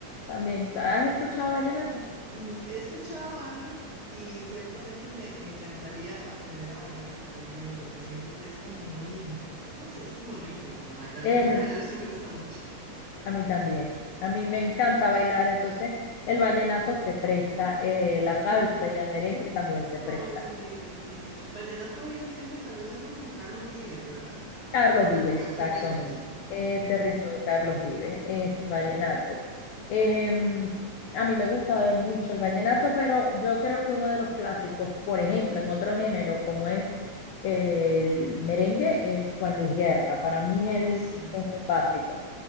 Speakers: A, on the left; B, on the right.
A: también. ¿Has escuchado vallenato?
B: Mm, He escuchado algo y ciertamente me, me encantaría aprender a bailarlo también porque siento que es como muy, no sé, es como rico como bailar.
A: Es
B: A mí
A: rico,
B: bailar sí me gusta mucho.
A: a mí también. A mí me encanta bailar, entonces el vallenato se presta, eh, la salsa
B: Ujú,
A: y el merengue también se
B: Todo
A: presta.
B: eso es lindo, sí. Vallenato viene siendo tal vez algo como Carlos Vives, ¿verdad?
A: Carlos
B: Algo
A: Vives,
B: como
A: exactamente.
B: ese ritmo, sí.
A: Ese
B: Ujú.
A: ritmo de Carlos Vives es vallenato. Em, a mí me gusta mucho el vallenato, pero yo creo que uno de los clásicos, por ejemplo, en otro género como es el merengue, es Juan Luis Guerra. Para mí
B: Ah,
A: él
B: sí,
A: es un básico,